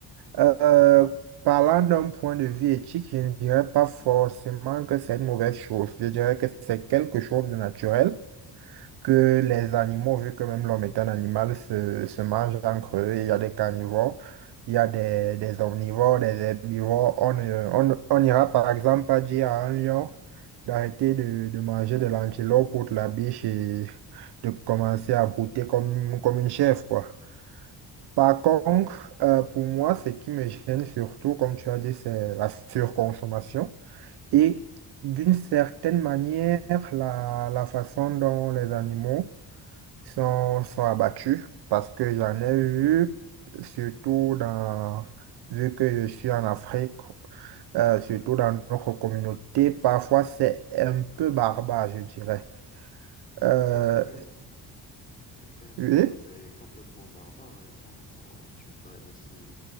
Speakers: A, on the right; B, on the left.
A: euh, parlant d'un point de vue éthique, je ne dirais pas forcément que c'est une mauvaise chose. Je dirais que c'est quelque chose de naturel que les animaux, vu que même l'homme est un animal, se, se mangent entre eux. Il y a des carnivores, il y a des, des omnivores, des herbivores. On euh, on, on ira par exemple pas dire à un lion d'arrêter de, de manger de l'antilope ou de la biche et de commencer à brouter comme, comme une chèvre, quoi. Par contre, euh, pour moi, ce qui me gêne surtout, comme tu as dit, c'est la surconsommation. Et d'une certaine manière, la, la façon dont les animaux sont, sont abattus parce que j'en ai vu, surtout dans, vu que je suis en Afrique, euh, surtout dans notre communauté, parfois c'est un peu barbare, je dirais. Euh,
B: oui, oui, c'est clair, c'est
A: oui,
B: clair, c'est complètement barbare et sans, sans, je voudrais aussi